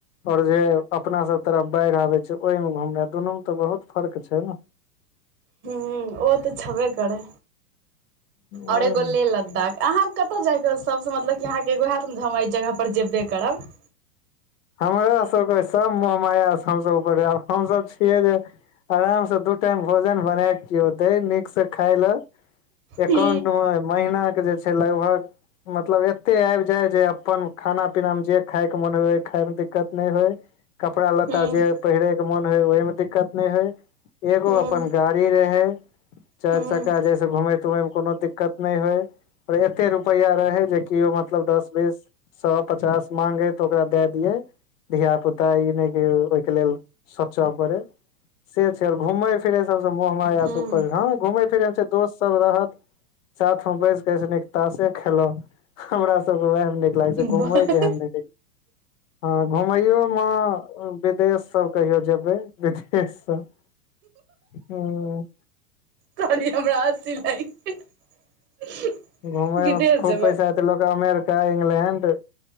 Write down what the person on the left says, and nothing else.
और जे अपना सब तरफ बाढ़ि आबे छै ओहिमे घूमना दुनूमे तऽ बहुत फर्क छै ने
वएह
ने
हमरा सबके सब मोहमाया से हमसभ ऊपर हमसभ छियै जे आराम से दू टाइम भोजन बना के केयो दै नीक से खाय ले एकाउंट
मे महीना के जे छै लगभग मतलब एते आबि जाय जे ऽ अपन खाना पीना मे जे खाय के मन हो एऽ खाय मे दिक्कत नहि होय कपड़ा लत्ता
जे पहिरे के मोन होय ओहि मे दिक्कत नहि होय एगो
अपन गाड़ी रहै चारि
चक्का जैस घुमेय तुमेय मे कोनो दिक्कत नहि होय एते रुपैआ रहे जे किओ मतलब दस बीस सए पचास मांगे तऽ ओकरा दए दे दऽ धिया पुता ई नहि कि ओहिके लेल सोचऽ परै से छै आर घुमै फिरै सबसँ मोह माया
ऊपर हँ घूमै फिरै छै दोस्त सब रहत साथ मे बैसके ओहिसँ निक तासे खेलब हमरा सब के वएह नऽ लागै छै
घुमै केहन नहि देख हँ घुमैओमे विदेशसभ कहियो जेबै विदेशसभ हूँ
घुमय
मे खूब
पैसा हते लोक अमेरिका इंग्लैंड